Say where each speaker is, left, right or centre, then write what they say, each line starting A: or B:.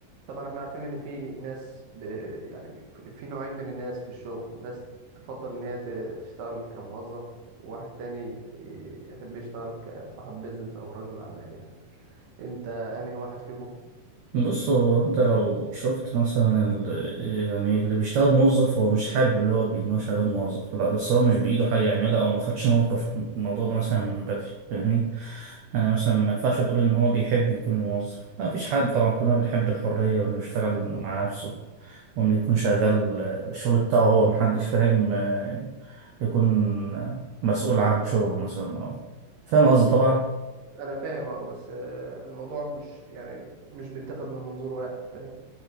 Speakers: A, on the right; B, on the right.
A: طبعا احنا عارفين ان في ناس ب... يعني في في نوعين من الناس في الشغل ناس تفضل ان هي ت- تشتغل كموظف وواحد تاني ي- يحب يشتغل كصاحب بيزنس او رجل اعمال يعني انت انهي واحد فيهم
B: بص هو انت لو شفت مثلا ال... يعني اللي بيشتغل موظف هو مش حابب اللي هو بي- ان هو شغال موظف لا بس هو مش بايده حاجه يعملها او ما خدش موقف في الموضوع ده مثلا من بدري فاهمني يعني مثلا ما ينفعش تقول ان هو بيحب يكون موظف لا مفيش حد طبعا كلنا بنحب الحريه وانه يشتغل مع نفسه وانه يكون شغال آه، الشغل بتاعه هو محدش فاهم آه، يكون آه، مسؤول عن شغله مثلا او فاهم قصدي طبعا
A: انا فاهم اه بس آه، الموضوع مش يعني مش بيتاخد من منظور واحد فاهم